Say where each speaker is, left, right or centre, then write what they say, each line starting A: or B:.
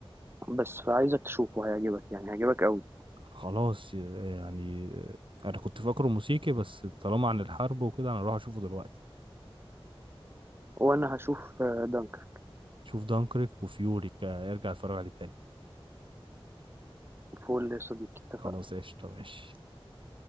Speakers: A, on the right; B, on the right.
A: بس فعايزك تشوفه هيعجبك يعني هيعجبك قوي
B: خلاص يعني انا كنت فاكره موسيقي بس طالما عن الحرب وكده انا اروح اشوفه دلوقتي
A: وأنا هشوف آه، دانكر
B: شوف دانكريك وفيوري ك- ارجع اتفرج عليه تاني
A: فول يا صديقي اتفقنا
B: خلاص قشطة ماشي